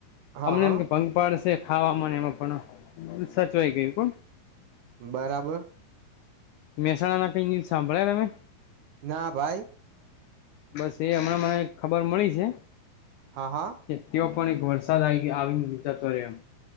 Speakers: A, on the right (about 65°); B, on the left (about 85°).
A: હા
B: અમને
A: હા
B: એમ કે ભંગ પાાડશે ખાવાવામાં એમાં પણ સચવાઈ ગયું કો
A: બરાબર
B: મેશહાણના કઈ ન્યૂઝ સાંભળ્યા રામે
A: ના ભાઈ
B: બસ એ હમણાં મને ખબર મળી છે
A: હા હા
B: કે તેઓ પણ એક વરસાદ આવી આવીનેતાતોમ